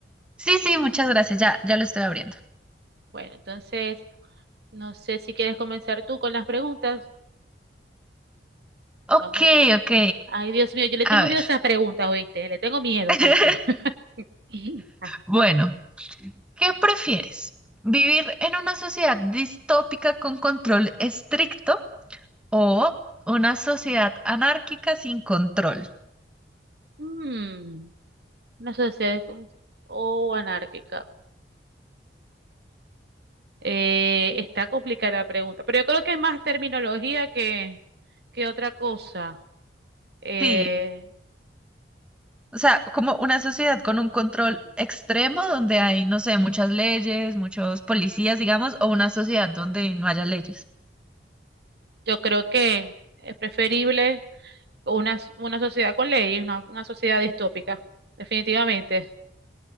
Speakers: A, in the centre; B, on the right.
A: Sí, sí, muchas gracias. Ya, ya lo estoy abriendo.
B: Bueno, entonces no sé si quieres comenzar tú con las preguntas. Vamos.
A: Ok, ok.
B: Ay, Dios mío, yo le
A: A
B: tengo
A: ver.
B: miedo a esas preguntas, ¿oíste? Le tengo miedo
A: <laughs>
B: a esas preguntas. <laughs> Ah.
A: Bueno, ¿qué prefieres? ¿Vivir en una sociedad distópica con control estricto o una sociedad anárquica sin control?
B: Mm, una sociedad con- o anárquica. Eh, está complicada la pregunta, pero yo creo que es más terminología que, que otra cosa. Eh,
A: Sí, o sea, como una sociedad con un control extremo donde hay, no sé, muchas leyes, muchos policías, digamos, o una sociedad donde no haya leyes.
B: Yo creo que es preferible una, s- una sociedad con leyes, una, una sociedad distópica, definitivamente.